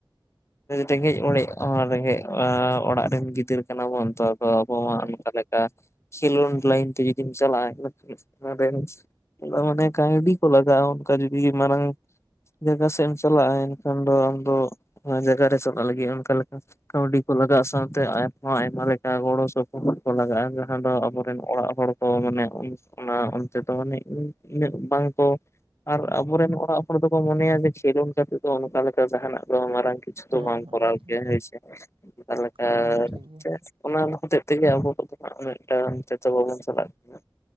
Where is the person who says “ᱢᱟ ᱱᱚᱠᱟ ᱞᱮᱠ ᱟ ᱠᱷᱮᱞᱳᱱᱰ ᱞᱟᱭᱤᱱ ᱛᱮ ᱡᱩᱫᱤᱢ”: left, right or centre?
Left